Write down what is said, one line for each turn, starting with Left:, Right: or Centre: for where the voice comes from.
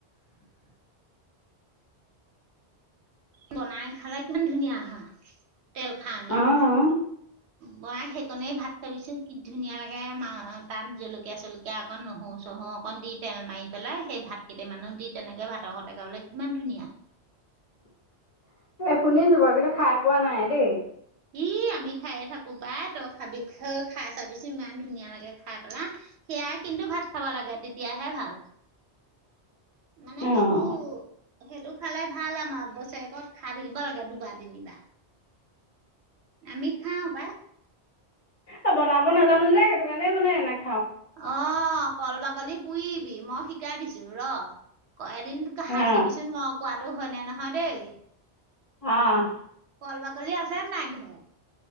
Right: বনাই খালে কিমান ধুনীয়া হয়, তেল খাৰ আনি।
Left: অ',
Right: বনাই সেইকনেই ভাত খাবিচোন, কি ধুনীয়া লাগে তাত জলকীয়া-চলকীয়া অকণ নহৰু-চহৰু চহৰু অকণ দি তেল মাৰি পেলাই সেই ভাত কেইটামানো দি তেনেকে ভাতৰ সতে খাবলে কিমান ধুনীয়া।
Left: <inaudible> এ শুনিছো বাৰু, কিন্তু খাই পোৱা নাই দেই।
Right: ই আমি খাইয়ে থাকো পাই, তই খাবি খাই চাবিচোন ইমান ধুনীয়া লাগে খাই পেলা। সেয়াই কিন্তু ভাত খাব লাগে তেতিয়াহে ভাল।
Left: <inaudible>
Right: মানে
Left: অ',
Right: সেইটো সেইটো খালে ভাল আমাৰ বছৰেকত খাই থাকিব লাগে দুবাৰ-তিনিবাৰ। আমি খাওঁ বা।
Left: অ' বনাব নাজানো যে, সেইটো কাৰণে মানে এনেক
Right: অ' কল বা কলি পুৰিবি মই শিকাই দিছো, ৰ! ক এদিন খাই
Left: অ',
Right: চাবিচোন মই কোৱা টো হয়নে নহয় দেই
Left: অ',
Right: ক'ল বাকলি আছে নে নাই ঘৰত?